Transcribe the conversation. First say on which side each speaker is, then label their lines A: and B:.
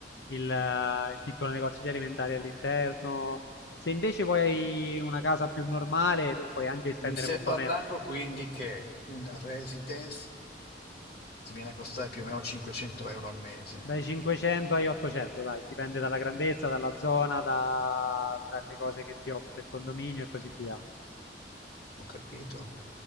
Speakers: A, on the left (about 75°); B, on the left (about 60°).
A: il, eh, il piccolo negozio di alimentari all'interno. Se invece vuoi una casa più normale, beh, puoi anche spendere
B: mi stai
A: molto
B: parlando
A: meno.
B: quindi che un residence ti viene a costare più o meno 500 euro al mese.
A: Dai 500 ai 800, dai, dipende dalla grandezza, dalla zona, da- dalle cose che ti offre il condominio e così via.
B: Ho capito.